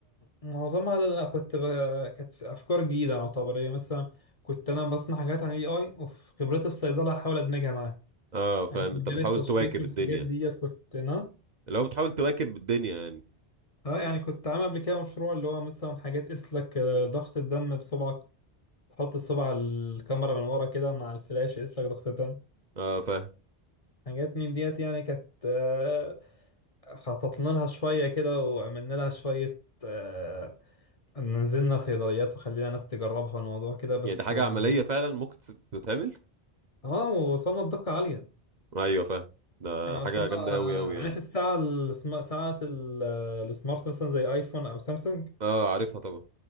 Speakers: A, on the left (about 35°); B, on the right (about 45°).
A: معظمها اللي انا كنت ب... كانت افكار جديده يعتبر يعني مثلا كنت انا بسمع حاجات عن الاي اي وفي خبرتي في الصيدله احاول ادمجها معاها
B: اه فاهم
A: يعني في مجال
B: انت بتحاول
A: التشخيص
B: تواكب
A: والحاجات
B: الدنيا
A: دي كنت انا
B: اللي هو بتحاول تواكب الدنيا يعني
A: اه يعني كنت عامل قبل كده مشروع اللي هو مثلا حاجات تقيس لك آه، ضغط الدم بصبعك تحط الصبع على الكاميرا من ورا كده مع الفلاش يقيس لك ضغط الدم
B: اه فاهم
A: حاجات من ديت يعني كانت آه، خططنا لها شوية كده وعملنا لها شوية آه، نزلنا صيدليات وخلينا ناس تجربها الموضوع كده بس
B: يعني دي حاجة
A: يعني
B: عملية فعلا ممكن تت- تتعمل
A: اه وصلنا لدقة عالية
B: ايوه فاهم ده
A: يعني
B: حاجة
A: وصلنا
B: جامدة
A: آه،
B: اوي اوي
A: عارف
B: يعني
A: الساعة السم- ساعة ال- السمارت مثلا زي ايفون او سامسونج
B: اه عارفها طبعا